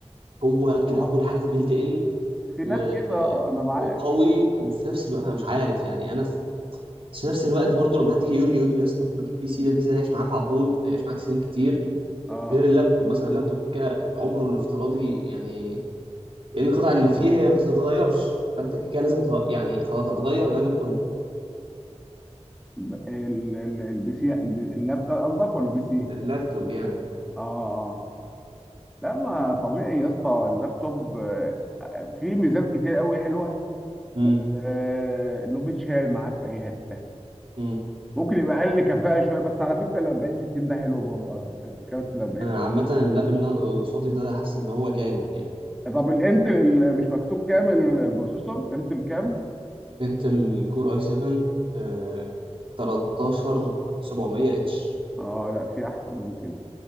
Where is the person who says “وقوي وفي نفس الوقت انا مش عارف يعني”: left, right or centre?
Right